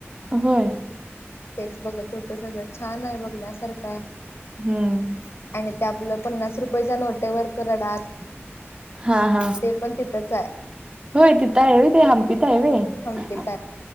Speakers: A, on the right; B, on the left.
A: होय.
B: तेच बघत होतं सगळं छान आहे बघण्यासारख आहे.
A: हम्म
B: आणि ते आपलं पन्नास रुपयेच्या नोटेवरच रडारं.
A: हा हा.
B: ते पण तिथंच हाय.
A: होय तिथ हाय व्हय ते हंपीत हाय होय?
B: हंपीत
A: ह